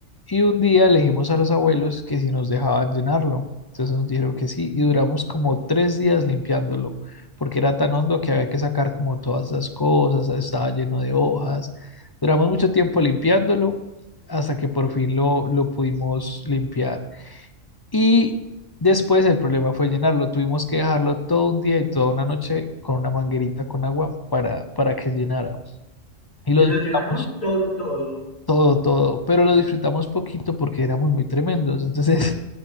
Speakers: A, on the left; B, on the left.
A: Y un día le dijimos a los abuelos que si nos dejaban llenarlo. Entonces nos dijeron que sí. Y duramos como tres días limpiándolo, porque era tan hondo que había que sacar como todas las cosas. Estaba lleno de hojas. Duramos mucho tiempo limpiándolo hasta que por fin lo, lo pudimos limpiar. Y después el problema fue llenarlo. Tuvimos que dejarlo todo un día y toda una noche con una manguerita con agua para, para que llenara. Y lo
B: Y lo
A: disfrutamos
B: llenaron todo, todo.
A: todo, todo, pero lo disfrutamos poquito porque éramos muy tremendos. Entonces,